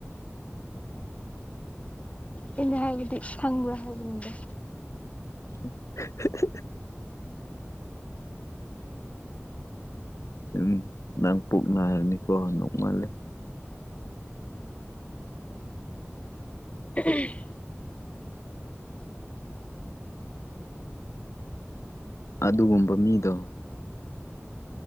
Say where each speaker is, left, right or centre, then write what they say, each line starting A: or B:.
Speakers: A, on the left; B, on the left.
A: ꯑꯩꯅ ꯍꯥꯏꯕꯗꯤ ꯈꯪꯕ꯭ꯔꯥ ꯑꯗꯨꯒꯤꯅꯤꯗ
B: <inaudible> ꯎꯝ ꯅꯪ ꯄꯨꯛ ꯅꯥꯔꯅꯤꯀꯣ ꯅꯣꯛꯃꯥꯜꯂꯦ
A: ꯎꯝ <inaudible>
B: ꯑꯗꯨꯒꯨꯝꯕ ꯃꯤꯗꯣ